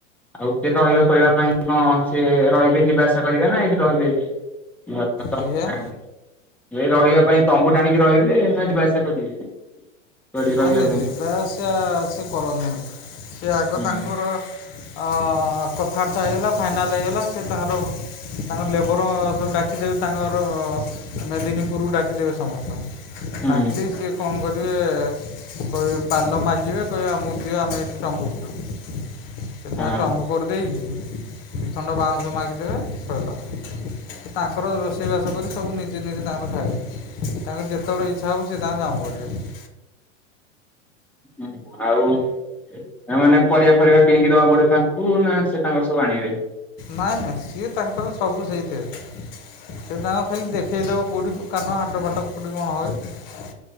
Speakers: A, in the centre; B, on the left.
A: ଆଉଟେ ତହିବା କହିବା ପାଇଁ କଁ ସେ ରହିବେ ଯିବା ଆସା କରିବେ ନା ଏଇଠି ରହିବେ? ମୋର ତ ତମ୍ବୁ
B: ଆଜ୍ଞା
A: ଗୋଟେ ଆଣିବି। ଏଇ ରହିବା ପାଇଁ ତମ୍ବୁ ଟାଣିକି ରହିବେ ନା ଯିବା ଆସା କରିବେ? ପଡି
B: ନାଇଁ
A: ରହିବା
B: ନାଇଁ
A: ପାଇଁ
B: ଯିବା ଆସିବା ସେ କରନ୍ତିନି ସେ ଆଗ
A: ହୁଁ
B: ତାଙ୍କର ଅଁ କଥାଆର୍ତା ହେଇଗଲା ଫାଇନାଲ୍ ହେଇଗଲା ସେ ତାଙ୍କର ତାଙ୍କର ଲେବର ସବୁ ଡାକିଦେବେ ତାଙ୍କର ମେଦିନୀ ପୁରକୁ ଡାକିଦେବେ ସମସ୍ତଙ୍କୁ। ଡାକିଦେଇ
A: ହୁଁ
B: ସିଏ କଣ କରିବେ କହିବେ ପାଲ ମାଗିବେ କହିବେ ଆମକୁ ଦିଅ ଆମେ ଏଠି ଟମ୍ବୁପୁରୁ ସେଥିପାଇଁ
A: ହଁ।
B: ତମ୍ବୁ କରିଦେଇକି ଦିଖଣ୍ଡ ବାଉଁଶ ମାଗିଦେବେ ସଇଲା। ତାଙ୍କର ରୋଷେଇବାସ କରି ସବୁ ନିଜେ ନିଜେ ତାଙ୍କର ଖାଇବେ ତାଙ୍କର ଯେତେବେଳେ ଇ ଥାପି ସେ ତାଙ୍କର କାମ କରିବେ।
A: ହୁଁ ଆଉ? ଏମାନେ ପରିବା ଫରିବା କିଣକି ଦବାକୁ ପଡିବ ତାଙ୍କୁ ନା ସେ ତାଙ୍କର ସବୁ ଆଣିବେ?
B: ନାଇଁ ନାଇଁ ସିଏ ତାଙ୍କର ସବୁ ସେଇଥିରେ ସେ ତାଙ୍କର ଖାଲି ଦେଖେଇଦବ କୋଉଠି କାନ ହାତ ଫଟ କୋଉଠି କଣ ହଏ?